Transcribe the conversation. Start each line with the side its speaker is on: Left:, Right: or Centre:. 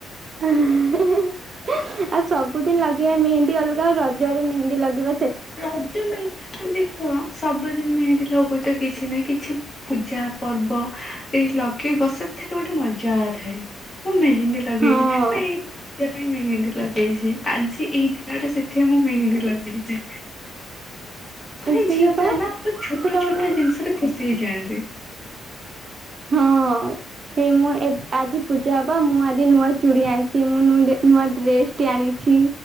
Right: ଆଉ ସବୁଦିନ ଲଗେଇବା ମେହେନ୍ଦୀ ଅଲଗା ଆଉ ରଜ। ଜେ ମେନ୍ଦ ଲଗେ ବା
Left: ରାଜମ ଦେଖ ସବୁଦିନ ମେେତି ଲଗୁଛ କିଛି ନା କିଛି ପୂଜା ପର୍ବ। ସେଇ ଲଗେଇବ ସେତେ ତ ଗୋଟେ ମଜା ଥାଏ ମୁଁ ମେହେନ୍ଦୀ ଲଗେଇଛି
Right: ହଁ
Left: ଏଇ ପାଇଁ ମେହେନ୍ଦୀ ଲଗେଇଛି ଆଜି ଏଇ ଦିନଟା ସେଥି ମୁଁ ମେହେନ୍ଦୀ ଲଗେଇଛି। ମାନେ
Right: ସେଇ
Left: ଝିଅ
Right: ପା
Left: ପିଲା ନା ବହୁତ ଛୋଟ
Right: ସେଟା
Left: ଛୋଟ
Right: ମାନେ
Left: ଜିନିଷରେ ଖୁସି ହେଇଯାଆନ୍ତି।
Right: ହଁ ହେ ମୁଁ ଆଜି ପୂଜା ହବ ମୁଁ ଆଜି ନୂଆ ଚୁଡ଼ି ଆଣିଛି ମୁଁ ନୂଆ ଡ୍ରେସ ଟି ଆଣିଛି।